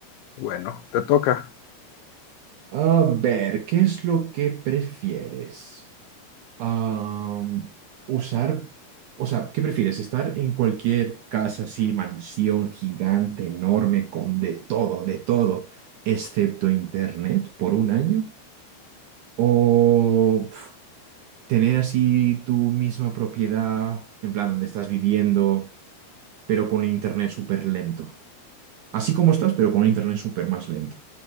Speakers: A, on the left; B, on the right.
A: bueno, te toca.
B: A ver, ¿qué es lo que prefieres? Am, usar, o sea, ¿qué prefieres? ¿Estar en cualquier casa así, mansión gigante, enorme, con de todo, de todo, excepto internet por un año? ¿O pf, tener así tu misma propiedad, en plan, donde estás viviendo, pero con internet súper lento? Así como estás, pero con internet súper más lento.